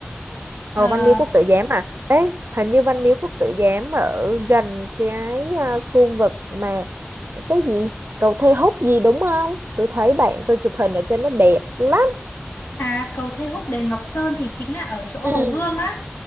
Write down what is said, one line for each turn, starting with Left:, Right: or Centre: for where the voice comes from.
Left: Ờ,
Right: Ờ, Văn Miếu Quốc Tử Giám à? Ê, hình như Văn Miếu Quốc Tử Giám ở gần cái à, khu vực mà cái gì cầu Thê Húc gì đúng không? Tôi thấy bạn tôi chụp hình ở trên nó đẹp lắm.
Left: à cầu Thê Húc đền Ngọc Sơn thì chính là ở chỗ
Right: Ừ.
Left: Hồ Gươm á,